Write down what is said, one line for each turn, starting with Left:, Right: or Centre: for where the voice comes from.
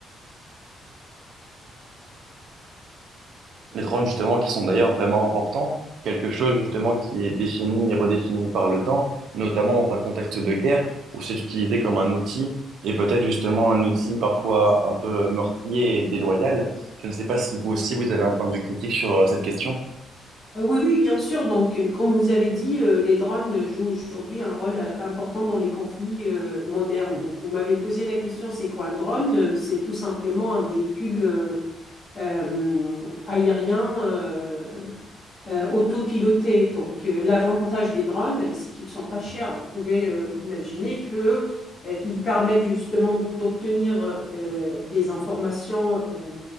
Right: Les drones, justement, qui sont d'ailleurs vraiment importants, quelque chose, justement, qui est défini et redéfini par le temps, notamment dans un contexte de guerre, où c'est utilisé comme un outil, et peut-être justement un outil parfois un peu meurtrier et déloyal. Je ne sais pas si vous aussi, vous avez un point de vue critique sur euh, cette question.
Left: Euh, oui, oui, bien sûr. Donc, euh, comme vous avez dit, euh, les drones jouent aujourd'hui un rôle euh, important dans les conflits euh, modernes. Donc, vous m'avez posé la question, c'est quoi un drone? Euh, C'est tout simplement un véhicule euh, euh, aérien euh, euh, autopiloté. Donc, euh, l'avantage des drones, c'est qu'ils sont pas chers. Vous pouvez euh, imaginer que euh, ils permettent justement d'obtenir euh, des informations euh,